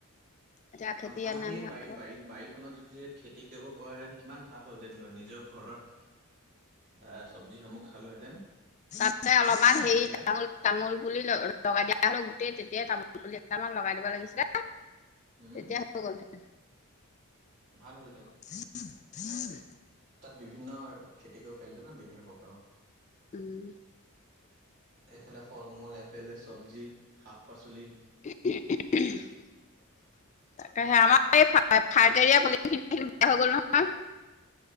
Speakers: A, on the left; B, on the right.
A: এতিয়া খেতি
B: আম-আমাৰ
A: ইয়াত নাই
B: সেই
A: নহয়
B: বাৰী-বাৰী-বাৰী
A: আকৌ
B: খনত যদি খেতি কৰিব পৰা হেঁতেন কিমান ভাল হ'ল হেঁতেন বাৰু নিজৰ ঘৰৰ আ চব্জিসমূহ খালোহেঁতেন।
A: তাতে অলপমান
B: সাৰ
A: হেৰি
B: নিদিয়া
A: তামোল তামোল পুলি ল-লগাই দিয়া হ'লেও গোটেই তেতিয়াই তামোল পুলি এহেজা মান লগাই দিব লাগিছিলে।
B: উম
A: এতিয়া হৈ গ'ল হেতেন।
B: ভাল হ'ল
A: <unintelligible>
B: তাত বিভিন্ন খেতি কৰিব পাৰিলো হেঁতেন ন, বিভিন্ন প্ৰকাৰৰ।
A: উম
B: এইফালে ফল মূল, এইফালে চব্জি, শাক পাচলি।
A: তাকহে, আমাৰ এই ফা-ফাইটেৰিয়া পলিথিন খিনি বেয়া হৈ গ'ল নহয়।